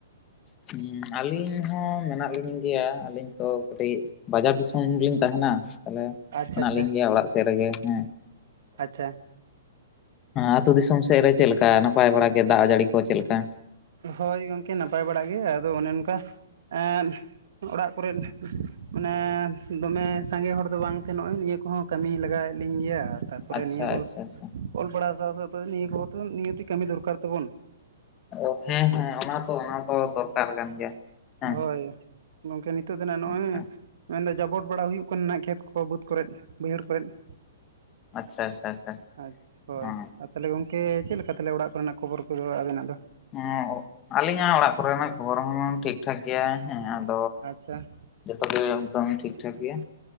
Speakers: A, on the left (about 20°); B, on the right (about 65°).
A: ᱦᱩᱸ ᱟᱹᱞᱤᱧ ᱦᱚᱸ ᱢᱮᱱᱟᱜ ᱞᱤᱧ ᱜᱮᱭᱟ ᱟᱹᱞᱤᱧ ᱛᱚ ᱠᱟᱹᱴᱤᱡ ᱵᱟᱡᱟᱨ ᱫᱤ ᱥᱚᱢ ᱞᱤᱧ ᱛᱟᱦᱮᱱᱟ, ᱛᱟᱦᱚᱞᱮ
B: ᱟᱪᱪᱷᱟ
A: ᱢᱮᱱᱟᱜ
B: ᱟᱪᱪᱷᱟ
A: ᱞᱤᱧ ᱜᱮᱭᱟ ᱚᱲᱟᱜ ᱥᱮᱜ ᱨᱮᱜᱮ ᱦᱮᱸ ᱾
B: ᱟᱪᱪᱷᱟ ᱾
A: ᱟᱹᱛᱩ ᱫᱤᱥᱚᱢ ᱥᱮᱜ ᱨᱮ ᱪᱮᱜ ᱞᱮᱠᱟ ᱱᱟᱯᱟᱭ ᱵᱟᱲᱟ ᱜᱮ ᱫᱟᱜ ᱡᱟᱹᱲᱤ ᱠᱚ ᱪᱮᱜᱞᱮᱠᱟ?
B: ᱦᱳᱭ ᱜᱚᱝᱠᱮ ᱱᱟᱯᱟᱭ ᱵᱟᱲᱟ ᱜᱮ ᱟᱫᱚ ᱚᱱᱮ ᱚᱱᱠᱟ ᱮᱸᱫ ᱚᱲᱟᱜ ᱠᱚᱨᱮᱫ ᱢᱟᱱᱮ ᱫᱚᱢᱮ ᱥᱟᱸᱜᱮ ᱦᱚᱲ ᱫᱚ ᱵᱟᱝᱛᱮ ᱱᱚᱜᱼᱚᱭ ᱱᱤᱭᱟᱹ ᱠᱚᱦᱚᱸ ᱠᱟᱹᱢᱤ ᱞᱟᱜᱟᱣᱮᱫ ᱞᱤᱧ ᱜᱮᱭᱟ ᱛᱟ ᱯᱚᱨᱮ
A: ᱟᱪᱪᱷᱟ
B: ᱱᱤᱭᱟᱹ ᱚᱞ
A: ᱟᱪᱪᱷᱟ ᱟᱪᱪᱷᱟ
B: ᱚᱞ ᱯᱟᱲᱟᱣ ᱥᱟᱶ ᱥᱟᱶᱛᱮ ᱱᱤᱭᱟᱹ ᱠᱚᱦᱚ ᱛᱮ ᱱᱤᱦᱟᱹᱛᱤ ᱠᱟᱹᱢᱤ ᱫᱚᱨᱠᱟᱨ ᱛᱟᱵᱚᱱ ᱾
A: ᱚ ᱦᱮᱸ ᱦᱮᱸ ᱚᱱᱟ ᱛᱚ ᱚᱱᱟ ᱫᱚ ᱫᱚᱨᱠᱟᱨ ᱠᱟᱱ ᱜᱮᱭᱟ ᱦᱮᱸ
B: ᱦᱳᱭ ᱜᱚᱝᱠᱮ ᱱᱤᱛᱚᱜ ᱫᱚ ᱱᱟᱜ ᱱᱚᱜᱼᱚᱭ
A: ᱟᱪᱪᱷᱟ
B: ᱢᱮᱱᱫᱚ ᱡᱟᱵᱚᱰ ᱵᱟᱲᱟ ᱦᱩᱭᱩᱜ ᱠᱟᱱᱟ ᱱᱟᱦᱟᱜ ᱠᱷᱮᱛ ᱠᱚ ᱵᱟᱹᱫᱽ ᱠᱚᱨᱮᱫ ᱵᱟᱹᱭᱦᱟᱹᱲ ᱠᱚᱨᱮᱫ ᱾
A: ᱟᱪᱪᱷᱟ ᱟᱪᱪᱷᱟ ᱟᱪᱪᱷᱟ,
B: ᱟᱪᱷᱟ ᱦᱳᱭ
A: ᱦᱮᱸ
B: ᱾ ᱛᱟᱦᱚᱞᱮ ᱜᱚᱝᱠᱮ ᱪᱮᱫ ᱞᱮᱠᱟ ᱛᱟᱦᱚᱞᱮ ᱚᱲᱟᱜ ᱠᱚᱨᱮᱱᱟᱜ ᱠᱷᱚᱵᱚᱨ ᱠᱚᱫᱚ ᱟᱵᱮᱱᱟᱜ ᱫᱚ?
A: ᱦᱚᱸ ᱟᱹᱞᱤᱧᱟᱜ ᱚᱲᱟᱜ ᱠᱚᱨᱮᱱᱟᱜ ᱠᱷᱚᱵᱚᱨ ᱦᱚᱸ ᱴᱷᱤᱠ ᱴᱷᱟᱠ ᱜᱮᱭᱟ ᱦᱮᱸ ᱾
B: ᱟᱪᱪᱷᱟ ᱾
A: ᱡᱚᱛᱚ ᱜᱮ ᱮᱠᱫᱚᱢ ᱴᱷᱤᱠ ᱴᱷᱟᱠ ᱜᱮᱭᱟ᱾